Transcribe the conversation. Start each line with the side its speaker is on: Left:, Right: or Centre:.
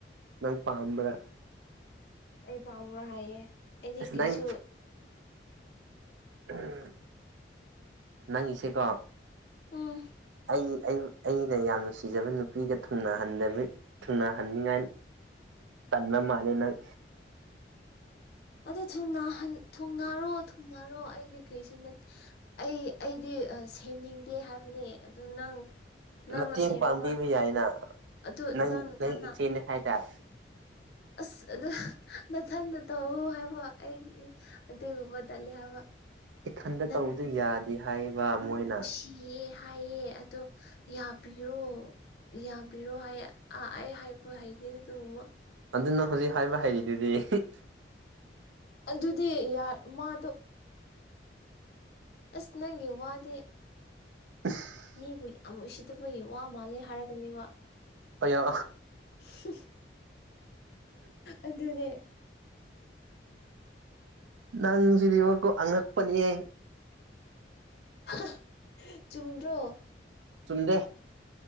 Right: ꯅꯪ ꯄꯥꯝꯕ꯭ꯔꯥ
Left: ꯑꯩ ꯄꯥꯝꯕ꯭ꯔꯣ ꯍꯥꯏꯌꯦ ꯑꯩꯗꯤ
Right: ꯑꯁ
Left: ꯀꯔꯤꯁꯨ
Right: ꯅꯪ ꯎꯝ ꯅꯪꯉꯤꯁꯤꯀꯣ
Left: ꯎꯝ
Right: ꯑꯩ ꯑꯩ ꯑꯩꯅ ꯌꯥꯝ ꯅꯨꯡꯁꯤꯖꯕ ꯅꯨꯄꯤꯒ ꯊꯨꯡꯅꯍꯟꯗꯕꯤ ꯊꯨꯡꯅꯍꯟꯅꯤꯡꯉꯥꯏ ꯇꯟꯕ ꯃꯥꯂꯦ ꯅꯪ
Left: ꯑꯗꯨ ꯊꯨꯡꯅꯍꯟ ꯊꯨꯡꯅꯥꯔꯣ ꯊꯨꯡꯅꯥꯔꯣ ꯑꯩꯗꯤ ꯀꯩꯁꯨ ꯅꯠꯇꯦ ꯑꯩ ꯑꯩꯗꯤ ꯁꯦꯝꯅꯤꯡꯗꯦ ꯍꯥꯏꯕꯅꯦ ꯑꯗꯨ ꯅꯪ ꯅꯪꯅ
Right: ꯃꯇꯦꯡ
Left: ꯁꯦꯝꯃꯣ
Right: ꯄꯥꯡꯕꯤꯕ ꯌꯥꯏꯅ
Left: ꯑꯗꯨ
Right: ꯅꯪ
Left: ꯅꯊꯟꯅ
Right: ꯅꯪ ꯏꯆꯦꯅꯦ ꯍꯥꯏꯗꯥꯏ
Left: ꯑꯁ ꯑꯗꯨ ꯅꯊꯟꯟꯅ ꯇꯧꯋꯣ ꯍꯥꯏꯕ ꯑꯩꯗꯤ ꯑꯗꯨꯒꯨꯝꯕ ꯇꯜꯂꯦ ꯍꯥꯏꯕ
Right: ꯏꯊꯟꯗ
Left: ꯅꯪ
Right: ꯇꯧꯕꯗꯤ ꯌꯥꯗꯦ ꯍꯥꯏꯕ ꯃꯣꯏꯅ
Left: <unintelligible> ꯌꯦ ꯍꯥꯏꯌꯦ ꯑꯗꯣ ꯌꯥꯕꯤꯔꯣ ꯌꯥꯕꯤꯔꯣ ꯍꯥꯏꯌꯦ ꯑ ꯑꯩ ꯍꯥꯏꯕ ꯍꯩꯇꯦꯗ ꯑꯗꯨꯒꯨꯝꯕ
Right: ꯑꯗꯨ ꯅꯪ ꯍꯧꯖꯤꯛ ꯍꯥꯏꯕ ꯍꯩꯔꯤꯗꯨꯗꯤ <unintelligible>
Left: ꯑꯗꯨꯗꯤ ꯌꯥꯔ ꯃꯥꯗꯣ ꯑꯁ ꯅꯪꯒꯤ ꯋꯥꯗꯤ
Right: <unintelligible>
Left: ꯃꯤꯕꯨ ꯌꯥꯝ ꯎꯁꯤꯠꯗꯕꯒꯤ ꯋꯥ ꯃꯥꯜꯂꯦ ꯍꯥꯏꯔꯀꯅꯤꯃ
Right: ꯑꯩꯌꯥ
Left: ꯍꯨꯞꯁ ꯑꯗꯨꯅꯦ
Right: ꯅꯪꯁꯤꯗꯤꯕꯀꯣ ꯑꯉꯛꯄꯅꯤꯍꯦ
Left: ꯍꯍ ꯆꯨꯝꯗ꯭ꯔꯣ
Right: ꯆꯨꯝꯗꯦ